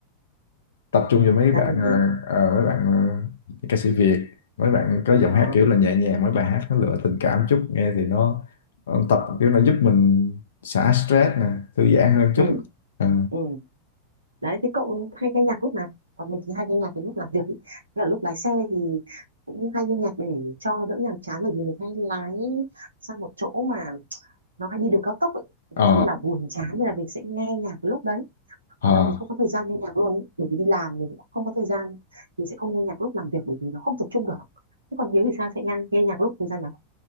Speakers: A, on the left; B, on the right.
A: tập trung vào mấy
B: vẫn
A: bạn
B: đang ok.
A: ờ, ờ, mấy bạn ờ, ca sĩ Việt mấy bạn có giọng
B: Ờ,
A: hát kiểu là nhẹ nhàng mấy bài hát nó lựa tình cảm chút nghe thì nó, nó tập kiểu nó giúp mình xả stress nè thư giãn hơn
B: ừ
A: chút ừ.
B: ừ đấy thế cậu hay nghe nhạc lúc nào còn mình thì hay nghe nhạc cái lúc làm việc ý. Tức là lúc lái xe thì cũng hay nghe nhạc để cho đỡ nhàm chán bởi vì mình hay lái sang một chỗ mà nó hay đi đường cao tốc ấy.
A: ờ
B: nó rất là buồn chán nên là mình sẽ nghe nhạc lúc đấy còn
A: ờ
B: đâu thì không có thời gian nghe nhạc luôn ý. bởi vì đi làm mình cũng không có thời gian mình sẽ không nghe nhạc lúc làm việc bởi vì nó không tập trung được thế còn Hiếu thì sao sẽ nghe, nghe nhạc lúc thời gian nào